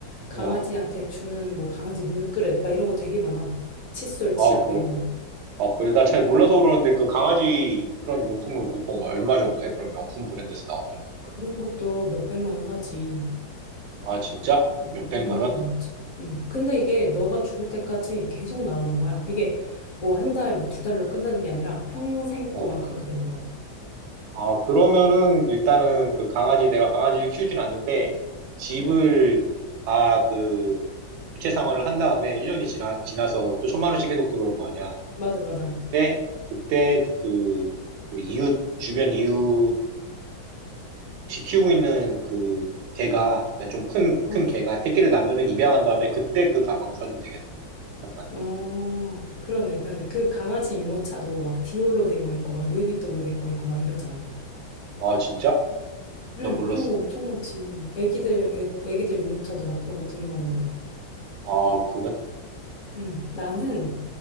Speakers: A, on the left; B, on the right.
A: 강아지한테
B: 어.
A: 주는 뭐 강아지 물그릇 막 이런 거 되게 많아. 칫솔,
B: 아,
A: 치약
B: 그,
A: 막 이런 거.
B: 아, 그래. 나 잘 몰라서 그러는데 그 강아지 그런 용품은 보통 얼마 정도 해? 그런 명품 브랜드에서 나오면은.
A: 그런 것도 몇백만 원 하지.
B: 아, 진짜?
A: 몇백,
B: 몇백만
A: 백만
B: 원?
A: 원 넘지. 응. 근데 이게 너가 죽을 때까지 계속 나오는 거야. 이게 뭐 한 달, 뭐 두 달로 끝나는 게 아니라 평생
B: 어.
A: 동안 그렇게 되는 거야.
B: 아, 그러면은 일단은 그 강아지, 내가 강아지를 키우진 않는데, 집을
A: 응.
B: 다 그 부채 상환을 한 다음에 1년이 지나, 지나서 또 천만 원씩 계속 들어올 거 아니야.
A: 맞아, 맞아.
B: 그때, 그때 그, 그 이웃, 주변 이웃이 키우고 있는 그 개가, 그러니까 좀 큰,
A: <laughs>
B: 큰 개가 새끼를 낳으면은 입양한 다음에 그때 그 가방을 사주면 되겠다. <laughs>
A: 어, 그러네, 그러네. 그 강아지 유모차도 막 디올로 된 거 있고, 막 루이비통으로 된 거 있고, 막 이러잖아.
B: 아, 진짜?
A: 응,
B: 나 몰랐어.
A: 그런 거 엄청 많지. 애기들, 애, 애기들 유모차도 막 그런 거 되게 많은데.
B: 아, 그래?
A: 응, 나는,